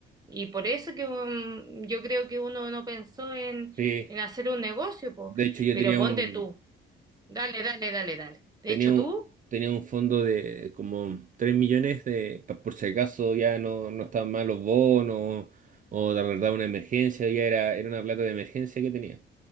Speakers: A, on the right (about 20°); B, on the right (about 40°).
A: Y por eso que um, yo creo que uno no pensó en,
B: Sí,
A: en hacer un negocio, po.
B: de hecho yo
A: Pero
B: tenía
A: ponte
B: un,
A: tú, dale, dale, dale, dale. De
B: Tenía
A: hecho, tú.
B: un, tenía un fondo de como 3 millones de, pa- por si acaso ya no, no estaban mal los bonos o de verdad una emergencia, ya era, era una plata de emergencia que tenía.